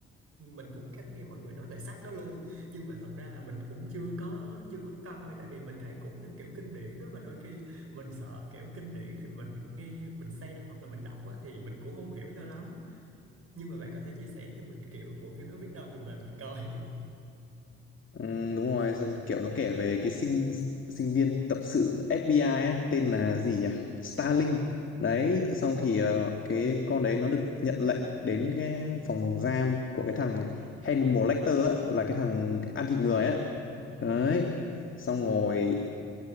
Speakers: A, on the right; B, on the left.
A: mình cũng có nghe mọi người nói về sách đó luôn nhưng mà thật ra là mình cũng chưa có chưa có coi tại vì mình thấy cũng nó kiểu kinh điển đó mà đôi khi mình sợ kiểu kinh điển thì mình nghe mình xem hoặc là mình đọc á thì mình cũng không hiểu cho lắm nhưng mà bạn có thể chia sẻ cho mình kiểu bộ phim đó biết đâu mình về mình coi
B: Ừ, đúng rồi, xong kiểu nó kể về cái sinh sinh viên tập sự FBI á, tên là gì nhỉ? Starling.
A: <laughs>
B: Đấy,
A: ừ
B: xong thì ờ, cái con đấy nó được nhận lệnh đến cái phòng giam của cái thằng Hannibal Lecter á, là cái thằng ăn thịt người á.
A: ừ
B: Đấy. Xong rồi